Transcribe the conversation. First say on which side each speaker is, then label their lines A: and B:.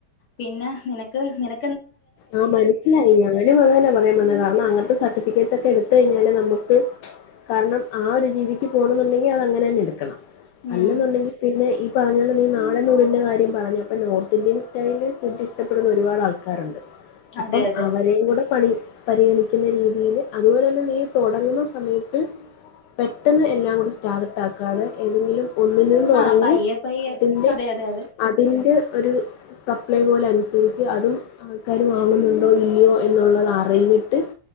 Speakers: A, on the left (about 40°); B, on the left (about 80°).
A: പിന്നെ നിനക്ക് നിന
B: ആഹ് മനസ്സിലായി ഞാനും അത തന്നെ പറയാൻ വന്നേ കാരണം അങ്ങനത്തെ സർ ട്ടിഫിക്കറ്റ് ഒക്കെ എടുത്ത കഴിഞ്ഞാല് നമുക്ക് കാരണം ആ ഒരു രീതിക്ക് പോണം എന്നുണ്ടെങ്കി അത് അങ്ങനെ തന്നെ എടുക്കണം-
A: ഉം
B: അല്ലെന്നുണ്ടെങ്കി പിന്നെ ഈ പറഞ്ഞ ഈ നാടനൂണിൻ്റെകാര്യം പറഞ്ഞപ്പം നോർത്ത് ഇന്ത്യൻ സ്റ്റൈലിൽ ഫുഡ് ഇഷ്ടപ്പെടുന്ന ഒരുപാട് ആൾക്കാരൊണ്ട്- അപ്പം
A: അതെ അതെ
B: അവരെയും കൂടെ പണി പരിഗണിക്കുന്ന രീതിയില് അതുപോലെ തന്നെ നീ തൊടങ്ങ്ന്ന സമയത്ത് പെട്ടെന്ന് എല്ലാം കൂടി സ്റ്റാർട്ടാക്കാതെ ഏതെങ്കിലും- ഒന്നിനും തുടങ്ങി
A: ആഹ് പയ്യെ പയ്യെ
B: അതിന്റെ
A: അതെ അതെ അതെ
B: അതിന്റെ ഒരു സപ്ലൈ പോലെ അനുസരിച്ച് അതും ആൾക്കാർ വാങ്ങുന്നുണ്ടോ ഇല്ലയോ എന്നുള്ളത് അറിഞ്ഞിട്ട്